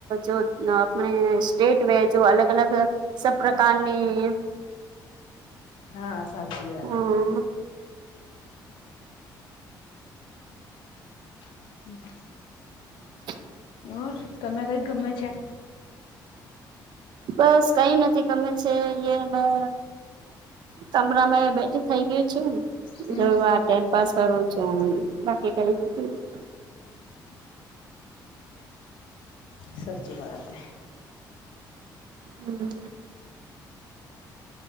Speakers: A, on the right; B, on the left.
A: જો આપણે સ્ટેટ વે જો અલ અલગ અલગ સબ પ્રકારની
B: હા સાચી વાતે
A: હમ
B: <unintelligible>
A: <inaudible>
B: ઓર તમે કઈ ગમે છે?
A: બસ કઈ નથી ગમે છે. યે મેં તમરા મેં બેઠી થઇ ગઈ છું.
B: હમ
A: જો આ ટેમપાસ કરવું છું. બાકી કઈ નથી. <inaudible>
B: સચી વાતે
A: હમ્મ